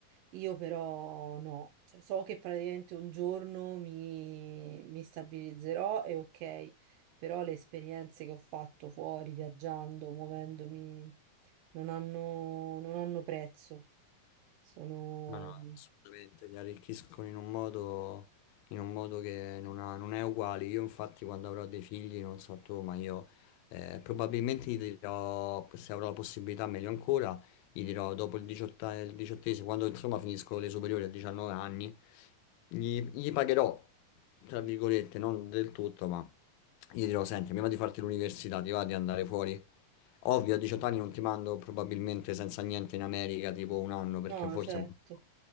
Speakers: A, on the right; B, on the left.
A: Io però no, Cioè, so che praticamente un giorno mi, mi stabilizzerò e ok, però le esperienze che ho fatto fuori, viaggiando, muovendomi, non hanno, non hanno prezzo. Sono...
B: no, no, assolutamente, li arricchiscono in un modo, in un modo che non ha- non è uguale. Io infatti quando avrò dei figli, non so tu, ma io eh, probabilmente gli dirò, se avrò la possibilità, meglio ancora, gli dirò dopo il 18, il diciottesimo, quando insomma finisco le superiori a 19 anni, gli, gli pagherò, tra virgolette, non del tutto, ma gli dirò, senti, prima di farti l'università, ti va di andare fuori? Ovvio, a 18 anni non ti mando probabilmente senza niente in America, tipo un anno, perché
A: No,
B: forse
A: certo.
B: è un po'.